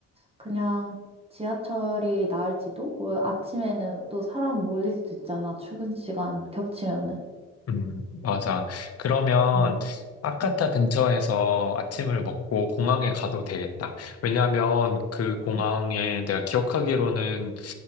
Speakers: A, on the right; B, on the left.
A: 그냥 지하철이 나을지도? 왜 아침에는 또 사람 몰릴 수도 있잖아. 출근 시간 겹치면은.
B: 음, 맞아. 그러면
A: 음,
B: 아카타
A: 음,
B: 근처에서 아침을 먹고 공항에 가도 되겠다. 왜냐면 그 공항에
A: 음.
B: 내가 기억하기로는